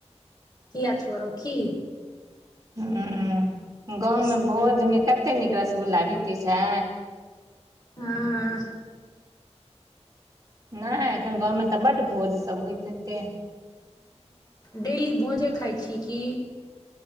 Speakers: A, on the left; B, on the right.
A: कीआ छोरब की
B: हुं गाँवमे
A: हँ
B: भोजमे कते नीक रसगुल्ला भेटै छै
A: हँ हँ
B: नय एखन गाँवमे तऽ बड भोज सब होइत हेतै
A: डेली भोजे खाइ छी कि